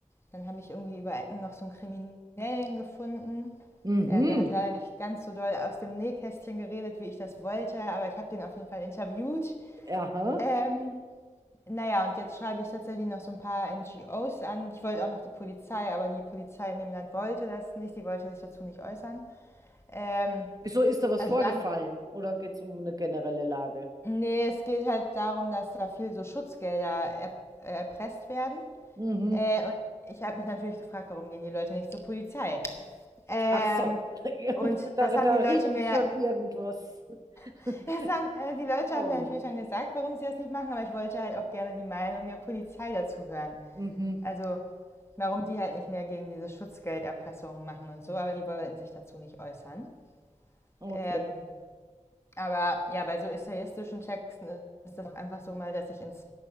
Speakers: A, on the left; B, on the right.
A: dann habe ich irgendwie über Ecken noch so einen Kriminellen gefunden.
B: Mhm,
A: Äh, der hat leider nicht ganz so doll aus dem Nähkästchen geredet, wie ich das wollte, aber ich habe den auf jeden Fall interviewt.
B: aha.
A: Ähm, naja, und jetzt schreibe ich tatsächlich noch so ein paar NGOs an. Ich wollte auch noch die Polizei, aber die Polizei in dem Land wollte das nicht. Die wollte sich dazu nicht äußern. Ähm,
B: Wieso ist da was
A: also
B: vorgefallen?
A: dann.
B: Oder geht es um eine generelle Lage?
A: Nee, es geht halt darum, dass da viel so Schutzgelder er äh, erpresst werden.
B: Mhm.
A: Äh, und ich habe mich natürlich gefragt, warum gehen die Leute nicht zur Polizei? Ähm,
B: Ach so, <laughs>
A: und
B: da,
A: das haben
B: da
A: die
B: riecht
A: Leute mir,
B: schon irgendwas <laughs>
A: <laughs> das haben, äh, die Leute
B: faul.
A: haben mir natürlich dann gesagt, warum sie das nicht machen, aber ich wollte halt auch gerne die Meinung der Polizei dazu hören.
B: Mhm.
A: Also, warum die halt nicht mehr gegen diese Schutzgelderpressungen machen und so, aber die wollten sich dazu nicht äußern.
B: Okay,
A: Ähm, aber ja, bei so essayistischen Texten ist das einfach so mal, dass ich ins